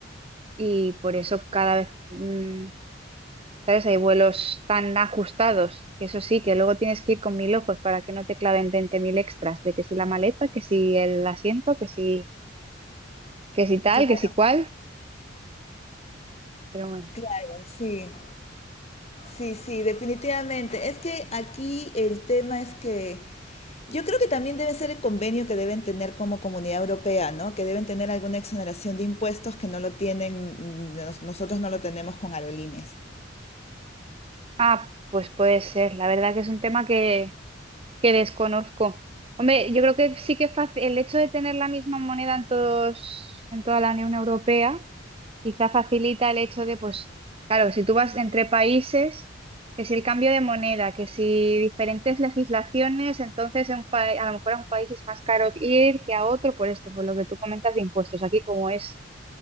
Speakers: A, on the right; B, on the left.
A: y por eso cada vez... mm, ¿Sabes? Hay vuelos tan ajustados que eso sí, que luego tienes que ir con mil ojos para que no te claven 20.000 extras de que si la maleta, que si el asiento, que si, que si tal,
B: claro,
A: que si cual. Pero bueno.
B: claro, sí. Sí, sí, definitivamente. Es que aquí el tema es que yo creo que también debe ser el convenio que deben tener como Comunidad Europea, ¿no? Que deben tener alguna exoneración de impuestos que no lo tienen, mm, nos- nosotros no lo tenemos con aerolíneas.
A: Ah, pues puede ser. La verdad que es un tema que, que desconozco. Hombre, yo creo que sí que es fácil el hecho de tener la misma moneda en todos, en toda la Unión Europea Quizá facilita el hecho de, pues, claro, si tú vas entre países, que si el cambio de moneda, que si diferentes legislaciones, entonces en un pa- a lo mejor a un país es más caro ir que a otro por esto, por lo que tú comentas de impuestos. Aquí como es